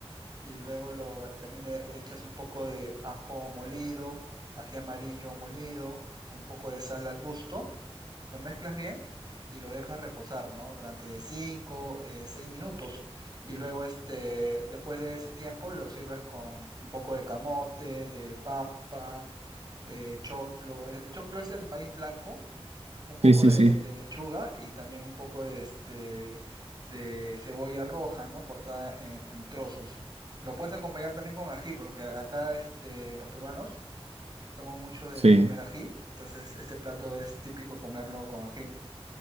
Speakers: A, on the right (about 40°); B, on the right (about 80°).
A: y luego lo, también le echas un poco de ajo molido, ají amarillo molido, un poco de sal al gusto, lo mezclas bien y lo dejas reposar, ¿no? Durante 5, 6 minutos y luego este, después de ese tiempo lo sirves con un poco de camote, de papa, de choclo. El choclo es el maíz blanco un poco
B: Sí, sí,
A: de,
B: sí.
A: de lechuga y también un poco de, este, de cebolla roja, ¿no? Cortada en, en trozos. Lo puedes acompañar también con ají, porque a- acá este, los peruanos toman mucho de
B: Sí.
A: comer ají, entonces este plato es típico comerlo con ají.